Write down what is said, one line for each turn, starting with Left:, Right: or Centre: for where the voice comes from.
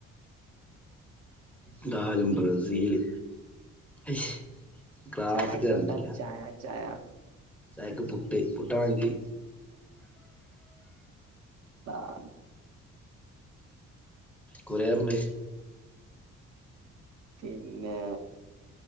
Centre: ന്താലും ബ്രസീല് ഐശ് ക്ലാസ്ക്കെർങ്ങീല.
Right: ചായക്ക് എന്താണ് ചായ ചായ.
Centre: ചായ്ക്ക് പുട്ട് പുട്ടാണോ അൻക്ക്.
Right: താ
Centre: കുറ്യേറ്ണ്ട്.
Right: പിന്നെ